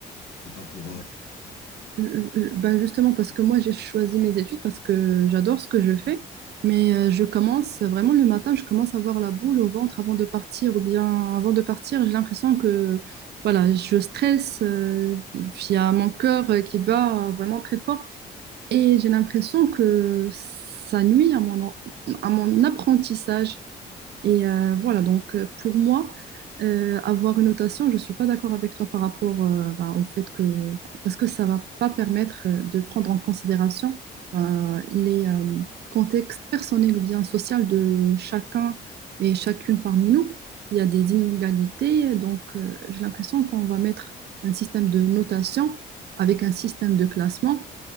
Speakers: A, on the left; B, on the right.
A: C'était pas pour. euh,
B: Mm, mm, mm. Ben justement, parce que moi, j'ai choisi mes études parce que j'adore ce que je fais, mais euh, je commence vraiment le matin, je commence à avoir la boule au ventre avant de partir, ou bien avant de partir, j'ai l'impression que voilà, je stresse, euh, il y a mon cœur euh, qui bat vraiment très fort, et j'ai l'impression que ça nuit à mon, à mon apprentissage. Et euh, voilà, donc euh, pour moi, euh, avoir une notation, je ne suis pas d'accord avec toi par rapport euh, ben, au fait que, enfin, parce que ça ne va pas permettre euh, de prendre en considération euh, les euh, contextes personnels ou bien sociaux de chacun et chacune parmi nous. Il y a des inégalités, donc euh, j'ai l'impression qu'on va mettre un système de notation avec un système de classement.